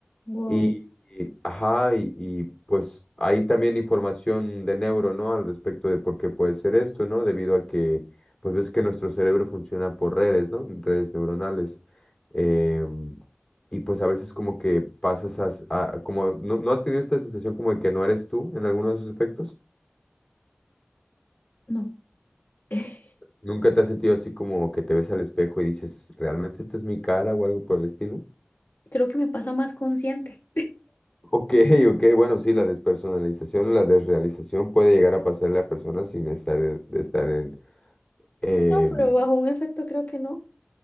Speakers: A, on the left; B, on the left.
A: wow,
B: Y, y- ajá, y, y, pues hay también información de neuro, ¿no? Al respecto de por qué puede ser esto, ¿no? Debido a que, pues ves que nuestro cerebro funciona por redes, ¿no? Redes neuronales. Em, y pues a veces como que pasas a, a- como, ¿no, no has tenido esta sensación como de que no eres tú en alguno de esos efectos?
A: no, <laughs>
B: ¿Nunca te has sentido así como que te ves al espejo y dices, ¿realmente esta es mi cara o algo por el estilo?
A: creo que me pasa más consciente.
B: Ok, ok, bueno, sí, la despersonalización, la desrealización puede llegar a pasarle a personas sin estar, e- de estar en... em,
A: No, pero bajo un efecto creo que no.